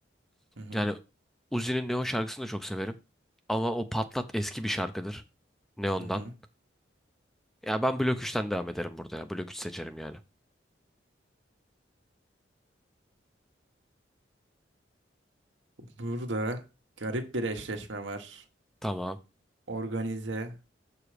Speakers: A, on the right; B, in the centre.
A: Hı hı.
B: Yani Uzi'nin Neon şarkısını da çok severim. Ama o Patlat eski bir şarkıdır. Neon'dan.
A: Hı hı.
B: Ya ben Blok 3'ten devam ederim burada ya. Blok 3 seçerim yani.
A: Burada garip bir eşleşme var.
B: Tamam.
A: Organize